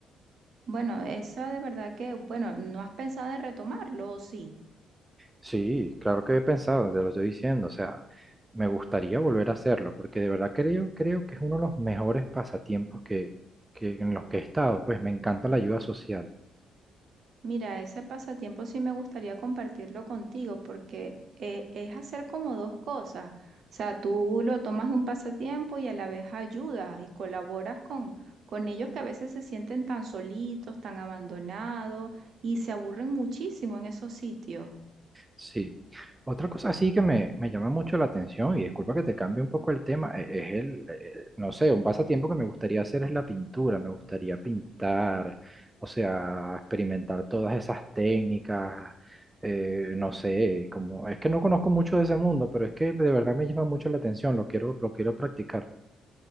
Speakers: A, on the right (about 60°); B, on the right (about 15°).
A: Bueno, esa de verdad que, bueno, ¿no has pensado en retomarlo o sí?
B: Sí, claro que he pensado, te lo estoy diciendo, o sea, me gustaría volver a hacerlo, porque de verdad creo, creo que es uno de los mejores pasatiempos que, que en los que he estado, pues me encanta la ayuda social.
A: Mira, ese pasatiempo sí me gustaría compartirlo contigo porque eh, es hacer como dos cosas. O sea, tú lo tomas de un pasatiempo y a la vez ayudas y colaboras con, con ellos que a veces se sienten tan solitos, tan abandonados y se aburren muchísimo en esos sitios.
B: Sí. Otra cosa así que me, me llama mucho la atención, y disculpa que te cambie un poco el tema, e- es el, eh, no sé, un pasatiempo que me gustaría hacer es la pintura, me gustaría pintar, o sea, experimentar todas esas técnicas, eh, no sé, como, es que no conozco mucho de ese mundo, pero es que de verdad me llama mucho la atención, lo quiero, lo quiero practicar.